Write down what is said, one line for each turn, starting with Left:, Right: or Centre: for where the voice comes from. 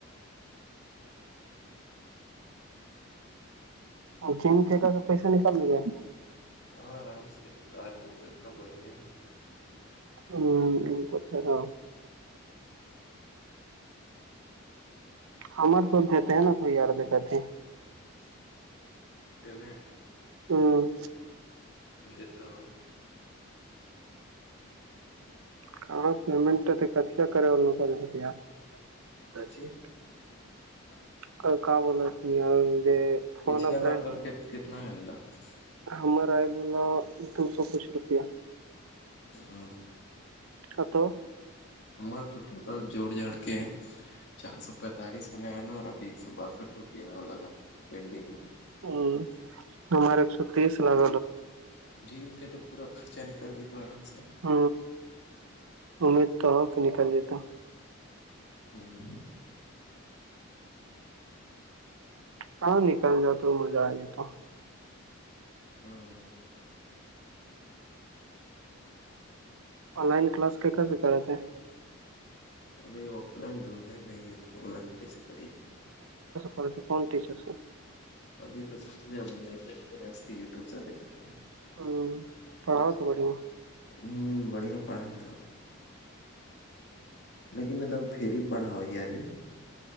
Right: اور جم کے کا پیسہ نکال لیے ہے
Left: ہاں آرام سے کار تو اتنا بڑھیا ہے ہمیں
Right: ہ تو پیرا ہممر تو دیتے ہیں نا کوئی ار دقتے ہی
Left: پیمٹ
Right: ہ
Left: دیتا ہو
Right: <unintelligible>
Left: اچھی <inaudible>
Right: کوئی کام نہی آئینگے فون
Left: پچھلے
Right: ا فرینڈ
Left: بار اور کتنا ہے اللہ
Right: ہمار آئل ہوو دو سو پانچ روپیہ
Left: <inaudible>
Right: ا تو
Left: ہمار تو ٹوٹل جوڑ جاڑ کے چار سو پینتالیس ہونے والئے اور ابھی ایک سو باسٹھ روپے یہ لگا پینڈنگ میں
Right: ہوں ہمارے ایک سو تیس لگ
Left: جیم کے تو پورا خرچہ نکل جی تو آرام سے
Right: ہ امید تو ہو کہ نکل لیتا
Left: ہوں
Right: ہاں نکل جا تو مزہ آ نہیں تو
Left: ہاں
Right: آن لائن کلاس کیکر سےکرا تے ہیں
Left: ابھی آف لائن ڈھونڈے نہیں ہے تو آن لائن کیسے کریے
Right: اور کون ٹیچر سے
Left: ابھی تو سب سے زیادہ مگزٹ میں نے اس کے یوٹیوب سے دیکھا کیایا
Right: ہوں پڑھاؤ تو بڑھیا
Left: ہوں بڑھیا پڑھاائی تھا لیکن ایک دم فھر ہی پڑھا ہو یاری